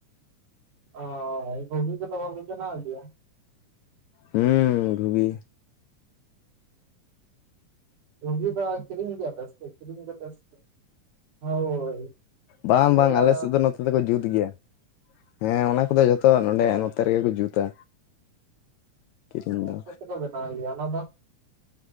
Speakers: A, on the right (about 70°); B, on the left (about 80°).
A: ᱚ ᱦᱳᱭ ᱵᱷᱩᱜᱤ ᱠᱚ ᱫᱚ ᱵᱟᱯᱮ ᱵᱮᱱᱟᱣᱮᱫ ᱜᱮᱭᱟ?
B: ᱦᱩᱸ ᱰᱷᱩᱜᱤ
A: ᱵᱷᱩᱜᱤ ᱫᱚ ᱠᱤᱨᱤᱧ ᱤᱫᱤᱭᱟᱯᱮ ᱥᱮᱪᱤᱫ ᱠᱤᱨᱤᱧ ᱠᱟᱛᱮ ᱥᱮ ᱦᱳᱭ᱾
B: ᱵᱟᱝ
A: ᱥᱤᱭᱟᱹᱲᱟ
B: ᱵᱟᱝ ᱟᱞᱮ ᱥᱮᱫ ᱫᱚ ᱱᱚᱛᱮ ᱫᱚᱠᱚ ᱡᱩᱛ ᱜᱮᱭᱟ ᱦᱮᱸ ᱚᱱᱟ ᱠᱚᱫᱚ ᱡᱚᱛᱚ ᱱᱚᱰᱮ
A: ᱚ
B: ᱱᱚᱛᱮ ᱯᱮ ᱠᱚ ᱡᱩᱛᱟ᱾ ᱠᱤᱨᱤᱧ
A: ᱦᱮᱸ
B: ᱫᱚ
A: ᱪᱮᱫ ᱛᱮᱠᱚ ᱵᱮᱱᱟᱣ ᱜᱮᱭᱟ ᱚᱱᱟ ᱫᱚ?